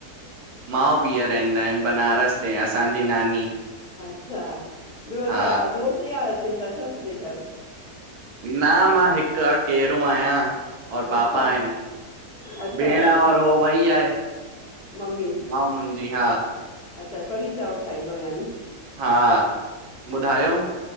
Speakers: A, on the right (about 75°); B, on the left (about 45°).
A: माउ बीह रहंदा आहिनि बनारस ते असांजी नानी
B: अच्छा ॿियो
A: हा
B: छा दोस्त यार अचिंता छा तुंहिंजे घरु?
A: न मां हिकु अकेरो आहियां। और पापा
B: अच्छा
A: आहिनि
B: अच्छा
A: भेण और हो वई आहे।
B: मम्मी
A: मां मुंहिंज जी हा।
B: अच्छा कढ़ी चांवर खाईंदोव यानी?
A: हा ॿुधायो?